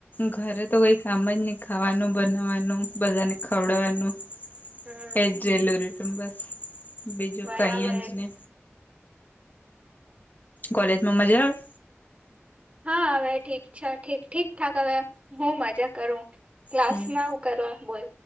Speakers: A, on the left; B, on the right.
A: ઘરે તો કોઈ કામ જ નહી ખાવાનું બનાવાનું બધાને ખવડવાનું
B: હમ
A: એ જેલુ રટ બસ બીજું
B: બરાબર
A: કઈ જ ને કોલેજમાં મજા આવે.
B: હા હવે ઠીક છે ઠીક ઠીક ઠાક હવે હું મજા કરું ક્લાસમાં
A: હમ
B: કરવા બોલ